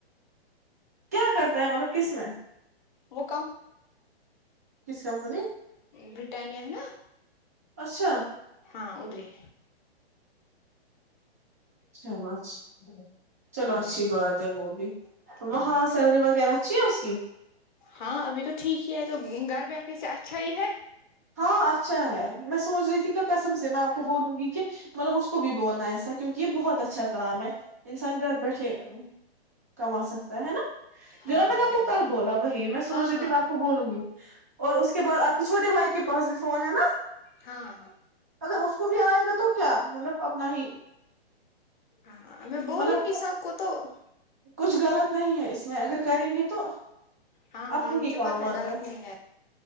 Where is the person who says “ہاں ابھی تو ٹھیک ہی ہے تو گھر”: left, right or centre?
Left